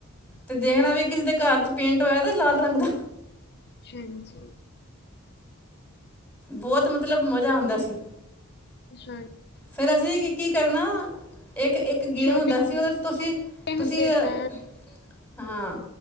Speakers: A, in the centre; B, on the left.
A: ਤੇ ਦੇਖਣਾ ਵੀ ਕਿਸੇ ਦੇ ਘਰ ਚ' ਪੇਂਟ ਹੋਏਆ ਤ ਲਾਲ ਰੰਗ ਦਾ,
B: ਹਾਂਜੀ।
A: ਬੋਤ ਮਤਲਬ ਮਜ਼ਾ ਆਂਦਾ ਸੀ।
B: ਅੱਛਾ।
A: ਫੇਰ ਅਸੀਂ ਕੀ- ਕੀ ਕਰਨਾ ਇੱਕ -ਇੱਕ, ਇੱਕ ਗੇਮ
B: ਛੋਟੇ
A: ਹੁੰਦਾ ਸੀ, ਉਹਦੇ ਚ ਤੁਸੀਂ -ਤੁਸੀਂ
B: ਹੁੰਦੇ
A: ਅ
B: ਤਾਂ
A: ਹਾਂ।